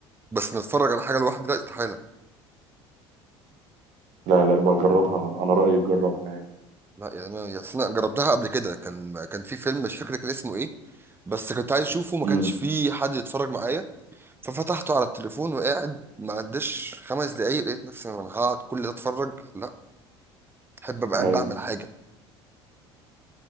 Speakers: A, on the right; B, on the right.
A: بس نتفرج على حاجه لوحدي لا استحاله
B: لا لا بجربها انا رايي تجربها عادي
A: لا يعني انا يا أصل انا جربتها قبل كده كان كان في فيلم مش فاكر كان اسمه ايه بس كنت عايز اشوفه ما
B: امم
A: كانش في حد يتفرج معايا ففتحته على التليفون وقاعد ما عداش خمس دقايق لقيت نفسي انا هقعد كل ده اتفرج لا احب ابقى قاعد
B: ايوه
A: بعمل حاجه